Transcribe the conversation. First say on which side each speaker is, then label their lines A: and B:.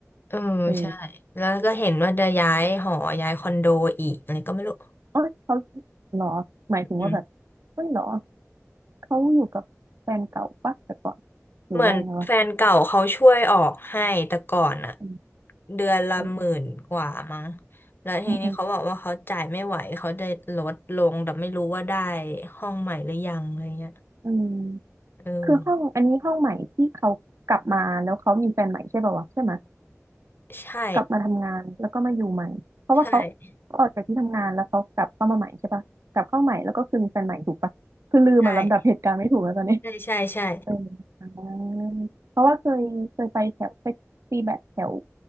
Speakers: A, on the left; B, on the right.
A: เออใช่แล้วก็เห็นว่าจะย้ายหอย้ายคอนโดอีกอะไรก็ไม่รู้
B: เออเอ้ยเขาเหรอหมายถึงว่าแบบเฮ้ยเหรอ
A: อืม
B: เขาอยู่กับแฟนเก่าปะแต่ก่อนหรือว่ายังไงวะ
A: เหมือนแฟนเก่าเขาช่วยออกให้แต่ก่อนอะ
B: อืม
A: เดือนละหมื่นกว่ามั้ง
B: เออเออ
A: แล้วทีนี้เขาบอกว่าเขาจ่ายไม่ไหวเขาได้ลดลงแต่ไม่รู้ว่าได้
B: อืมอืม
A: ห้องใหม่หรือยังอะไรเงี้ย
B: อืมคือห้องอันนี้ห้องใหม่ที่เขากลับมาแล้วเขามีแฟนใหม่ใช่ป่าววะใช่ไหม
A: เออใช่
B: กลับมาทำงานแล้วก็มาอยู่ใหม่เพราะว่าเขาเขาออกจากที่ทำงานแล้วเขากลับเข้ามาใหม่ใช่ปะกลับเข้าใหม่แล้วก็คือมีแฟนใหม่ถูกปะคือลืมอะลำดับเหตุการณ์ไม่ถูกแล้วตอนนี้
A: ใช่ใช่ใช่ใช่ใช่
B: เอออ่าเพราะว่าเคยเคยไปแถวไปตีแบดแถว